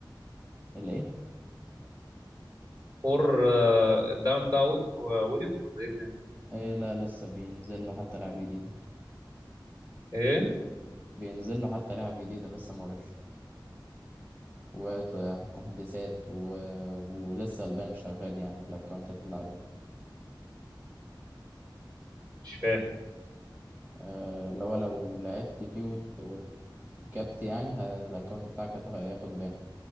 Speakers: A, on the right (about 25°); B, on the right (about 50°).
A: الايه
B: فور آه، الدعم بتاعه وق- وقف ولا ايه ده
A: إيه لا لسه بينزل له حتى لعب جديد
B: ايه
A: بينزل له حتى لعب جديدة لسه ما وقفش وتحديثات و... ولسه البان شغال يعني في الاكونتات اللي عليه
B: مش فاهم
A: آه، لو لو لعبت فيه وت... وتكبت يعني ه... الاكونت بتاعك هت- هياخد بان